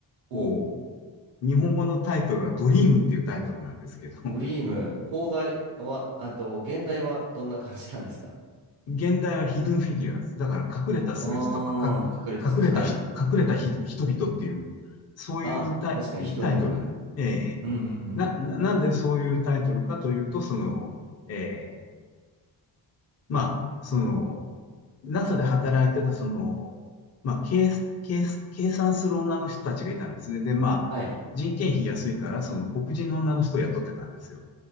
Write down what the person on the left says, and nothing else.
こう、日本語のタイトルはドリームっていうタイトルなんですけど、
<laughs> 現代はヒドゥンフィギュアーズ。だから隠れた数字とかか、
隠れたひ、
隠れたひ人々っていう、そういうタイタイトルなえ
ーな、な、んでそういうタイトルかというと、その、えーまあ、その、NASA で働いてた、その、まあ、計、計、計算する女の人たちがいたんですね。で、まあ、
人件費安いから、その黒人の女の人を雇ってたんですよ。